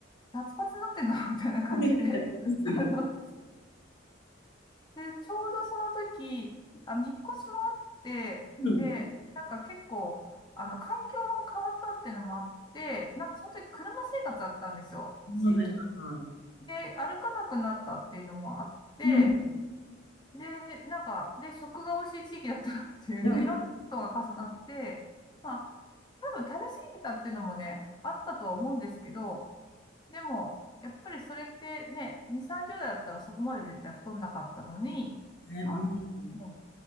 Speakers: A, on the left (about 20°); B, on the left (about 65°).
A: パツパツになってんな、みたいな感じで、
B: <laughs> ですよ。
A: <laughs> あので、ちょうどその時、あの、引っ越しもあって、
B: うん。
A: で、なんか結構、あの、環境も変わったっていうのもあって、なんかその時車生活だったんですよ、一時期。
B: はいはいはい。
A: で、歩かなくなったっていうのもあって、
B: うん。
A: で、なんか、で、食が美味しい地域だったっていう、
B: です
A: なんかいろんなことが重なって、まあ、多分食べ過ぎてたっていうのもね、あったとは思うんですけど、でも、やっぱりそれってね、2、30代だったらそこまで絶対太んなかったのに、
B: ね、
A: あ、
B: うん。
A: も